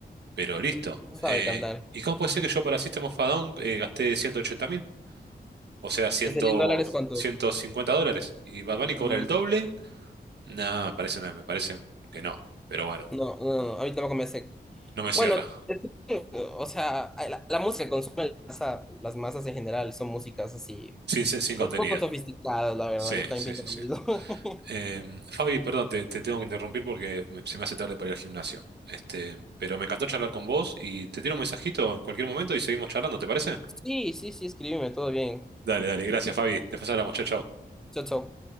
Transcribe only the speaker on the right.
pero listo.
Eh,
¿y cómo puede ser que yo para System of a Down eh, gasté ciento ochenta mil? O sea, cien,
ciento cincuenta dólares. ¿Y Bad Bunny
cobra el doble? No, me parece, una- me parece que no, pero bueno,
no me cierra,
sin, sin sin contenido.
Sí,
sí, sí,
sí.
Em, Fabi, perdón, te, te tengo que interrumpir porque me- se me hace tarde para ir al gimnasio. Este, pero me encantó charlar con vos y te tiro un mensajito en cualquier momento y seguimos charlando, ¿te parece?
Dale, dale, gracias, Fabi. Después hablamos, chao, chao.